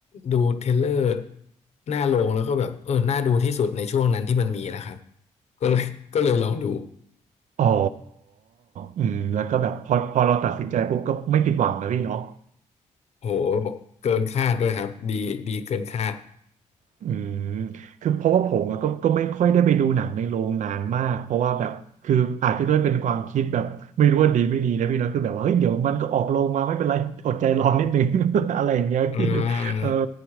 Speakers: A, on the left (about 55°); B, on the right (about 70°).
A: ดูเทรลเลอร์หน้าโรงแล้วก็แบบเออน่าดูที่สุดในช่วงนั้นที่มันมีนะครับก็เลย <laughs> ก็เลยลองดู
B: อ๋ออืมแล้วก็แบบพอพอเราตัดสินใจปุ๊บก็ไม่ผิดหวังนะพี่เนาะ
A: โหเกินคาดด้วยครับดีดีเกินคาด
B: อืมคือเพราะว่าผมอะก็ก็ไม่ค่อยได้ไปดูหนังในโรงนานมากเพราะว่าแบบคืออาจจะด้วยเป็นความคิดแบบไม่รู้ว่าดีไม่ดีนะพี่เนาะคือแบบว่าเฮ้ยเดี๋ยวมันก็ออกโรงมาไม่เป็นไรอดใจรอนิดนึง <laughs> อะไรอย่างเงี้ยพี่
A: อื
B: เออ
A: ม